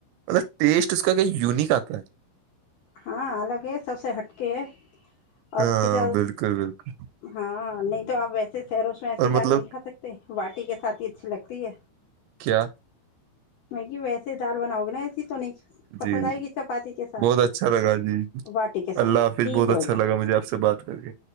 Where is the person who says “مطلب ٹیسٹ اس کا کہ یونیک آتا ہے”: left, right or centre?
Right